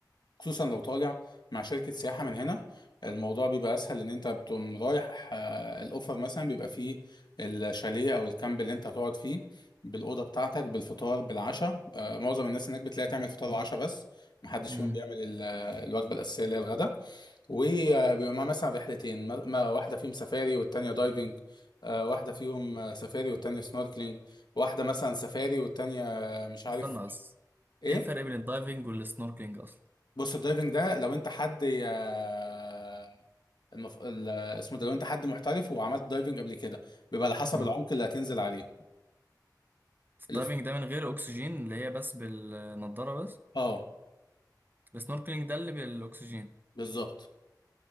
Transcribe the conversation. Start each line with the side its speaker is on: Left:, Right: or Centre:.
Left: خصوصا لو طالع مع شركة سياحة من هنا الموضوع بيبقى أسهل إن أنت بتقوم رايح آه الأوفر مثلا بيبقى فيه الشاليه أو الكامب اللي أنت هتقعد فيه بالأوضة بتاعتك بالفطار بالعشاء آه معظم الناس هناك بتلاقي تعمل فطار وعشاء بس محدش
Right: امم
Left: فيهم بيعمل ال- الوجبة الأساسية اللي هي الغدا وبيبقى معاه مثلا رحلتين م- م- واحدة فيهم سفاري والتانية دايفنج آه، واحدة فيهم آه، سفاري والتانية سنوركلينج واحدة مثلا سفاري والتانية آه، مش عارف
Right: استنى بس
Left: ايه
Right: ايه الفرق بين الدايفنج والسنوركلينج اصلا
Left: بص الدايفنج ده لو انت حد آه، المف... ال- اسمه ده لو انت حد محترف وعملت دايفنج قبل كده بيبقى على حسب
Right: امم
Left: العمق اللي هتنزل عليه
Right: الدايفنج
Left: ال-
Right: ده من غير اكسجين اللي هي بس بالنضارة بس
Left: اه
Right: السنوركلينج ده اللي بالاكسجين
Left: بالظبط